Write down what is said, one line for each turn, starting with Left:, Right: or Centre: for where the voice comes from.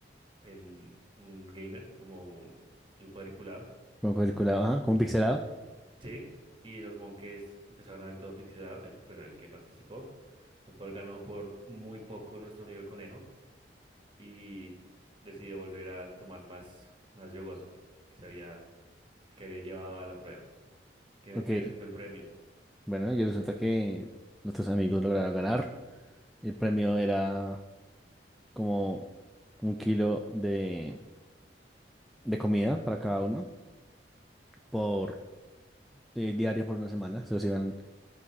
Right: el, un gamer, como un, un cuadriculado.
Centre: Como cuadriculado, ajá, como pixelado.
Right: Sí. Y los monjes empezaron a ver todo pixelado, el, bueno, el que participó, lo cual ganó por muy poco nuestro amigo conejo. y decidió volver a tomar más, más yogoso que se había, que había llevado a la prueba. ¿Qué
Centre: Ok.
Right: crees que fue el premio?
Centre: Bueno, y resulta que nuestros amigos lograron ganar. El premio era como un kilo de de comida para cada uno por eh, diario por una semana. Se los iban